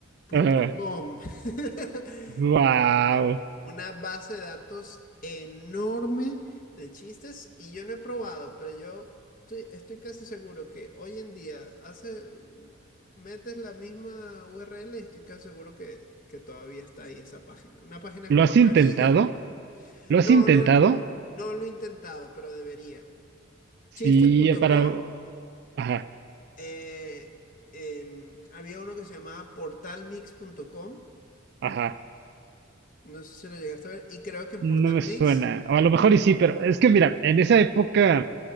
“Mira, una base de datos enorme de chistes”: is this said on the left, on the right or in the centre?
Left